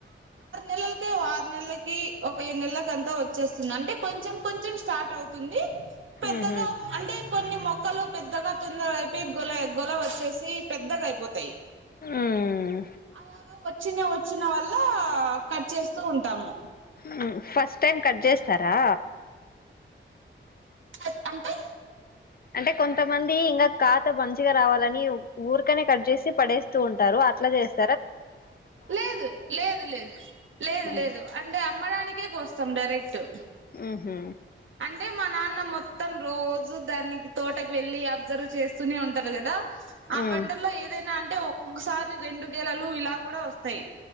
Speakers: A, on the right (about 75°); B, on the left (about 45°).
A: పిలలకి ఒ ఆరు నెలలకి ఒక ఏడు నెలకి అంతా వచ్చేస్తుంది అంటే కొంచెం కొంచెం స్టార్ట్ అవుతుంది పెద్దగా
B: ఉహు
A: అంటే కొన్ని మొక్కలు పెద్దగా తొందర లిక్ గొలే గొల వచ్చేసి పెద్దగా అయిపోతాయి
B: ఉమ్
A: అలాగా వచ్చిన వచ్చిన వల్ల కట్ చేస్తూ ఉంటాము
B: ఉం ఫస్ట్ టైమ్ కట్ చేస్తారా
A: అద్ అంటే
B: అంటే కొంతమంది ఇంకా కాత మంచిగా రావాలని ఊర్కనే కట్ చేసి పడేస్తూ ఉంటారు రు అట్లా చేస్
A: లేదు లేదు లేదు లేదు
B: ఉమ్
A: లేదు అంటే అమ్మడానికే కోస్తాం కరెక్టు
B: ఊహు
A: అంటే మా నాన్న మొత్తం రోజ్ జు దాన్ని తోటకి వెళ్ళి అబ్జర్వ్ చేస్తూనే ఉంటారు కదా ఆ
B: ఉమ్
A: పంటల్లో ఏదైనా అం అంటే ఒక్కొక్కసారి రెండు గేలలు ఇలా కూడా వస్ తయి